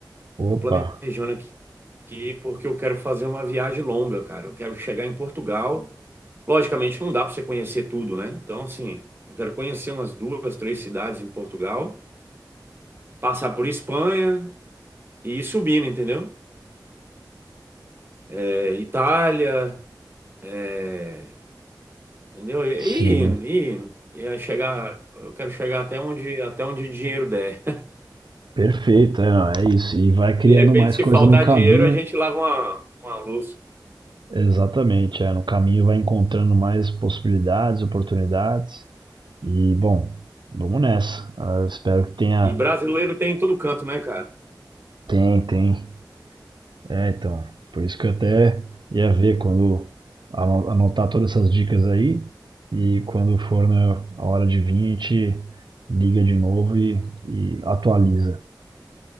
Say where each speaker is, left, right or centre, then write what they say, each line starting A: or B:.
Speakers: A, on the right; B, on the right.
A: opa,
B: Tô planejando aqui aqui porque eu quero fazer uma viagem longa, cara. Eu quero chegar em Portugal. Logicamente, não dá para você conhecer tudo, né? Então, assim, eu quero conhecer umas duas, três cidades em Portugal. passar por Espanha e ir subindo, entendeu? É, Itália, é, entendeu? E,
A: sim,
B: e indo, e indo. E aí chegar, eu quero chegar até onde, até onde dinheiro der.
A: perfeito, é, não, é isso. E vai criando
B: De repente,
A: mais
B: se
A: coisa
B: faltar
A: no caminho.
B: dinheiro, a gente lava uma, uma luz.
A: Exatamente, é, no caminho vai encontrando mais possibilidades, oportunidades. E, bom, vamos nessa. Ah, espero que tenha.
B: E brasileiro tem em todo canto, né, cara?
A: Tem, tem. É, então, por isso que eu até ia ver quando ano- anotar todas essas dicas aí e quando for na a hora de vir, a gente liga de novo e, e atualiza.